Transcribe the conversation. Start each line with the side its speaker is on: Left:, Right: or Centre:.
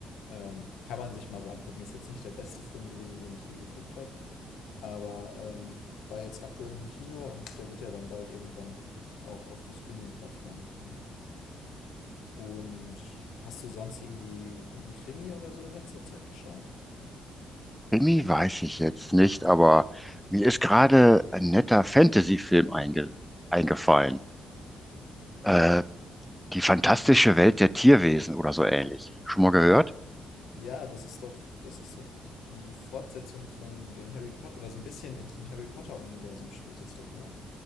Left: Ähm, kann man sich mal so angucken. Ist jetzt nicht der beste Film gewesen, den ich je geguckt habe, aber ähm, war jetzt aktuell im Kino und der wird ja dann bald irgendwann auch auf die Streaming-Plattformen kommen. Und hast du sonst irgendwie guten Krimi oder so in letzter Zeit geschaut?
Centre: Krimi weiß ich jetzt nicht, aber mir ist gerade ein netter Fantasy-Film einge eingefallen. Äh, Die fantastische Welt der Tierwesen oder so ähnlich. Schon mal gehört?
Left: Ja, das ist doch, das ist doch die Fortsetzung von den Harry Potter oder so ein bisschen in diesem Harry Potter Universum spielt es doch, ne?